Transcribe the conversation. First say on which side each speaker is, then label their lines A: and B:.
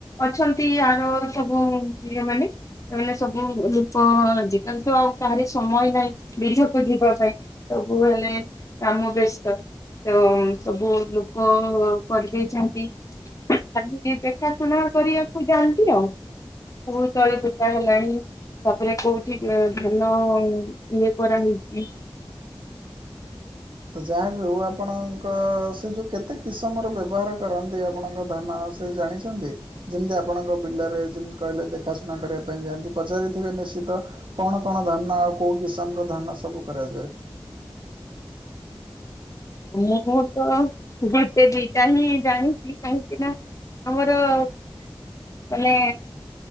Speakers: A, on the left; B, on the right.
A: ଅଛନ୍ତି ଆର ସବୁ ଇଏ ମାନେ ସେତବେଳେ ସବୁ ଲୋକ ଆଜିକାଲି ତ ଆଉ କାହାରି ସମୟ ହିଁ ନାହିଁ। ବିଲକୁ ଯିବା ପାଇଁ ସବୁ ହେଲେ କାମ ବ୍ୟସ୍ତ ତ ସବୁ ଲୋକ କରିଦେଇଛନ୍ତି। ଖାଲି ଦେଖା ଶୁଣା କରିଆକୁ ଯାଆନ୍ତି ଆଉ। କୋଉ ତଳି ପୋତା ହେଲାଣି ତାପରେ କୋଉଠି ଧାନ ଇଏ କରା ହେଇଛି
B: ତ ଯାହାବିି ହେଉ ଆପଣଙ୍କ ସେ ଯୋଉ କେତେ କିସମର ବ୍ୟବହାର କରନ୍ତି ଆପଣଙ୍କ ଧାନ ତ ଜାଣିଛନ୍ତି? ଯେମିତି ଆପଣଙ୍କ ବିଲରେ ଯେମିତି କହିଲେ ଦେଖାଶୁଣା କରିବା ପାଇଁ ଯାଆନ୍ତି ପଚାରିଥିବେ ନିଶ୍ଚିତ? କଣ କଣ ଧାନ ଆଉ କୋଉ କିସମର ଧାନ ସବୁ କରାଯାଏ?
A: ମୁଁ ତ ଗୋଟେ ଦିଟା ହିଁ ଜାଣିଛି କାହିଁକିନା ଆମର ମାନେ